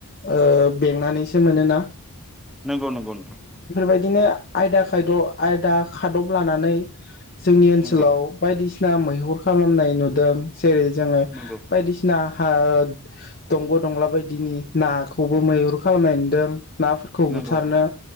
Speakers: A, on the left; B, in the centre.
A: ओ बेंनानैसो मोनो ना।
B: नंगौ नंगौ नोंथां।
A: बायदिनो आयदा खायद' आयदा खादब लानानै जोंनि ओनसोलाव
B: नंगौ
A: बायदिसि ना मैहुर खालामनाय नुदों। जेरै जोङो
B: नंगौ
A: बायदिसिना हा दंग' दंला बायदिनि नाखौबो मैहुर खालामनाय नुदों। नाफोरखौ
B: नंगौ
A: बुथारनो
B: नोंथां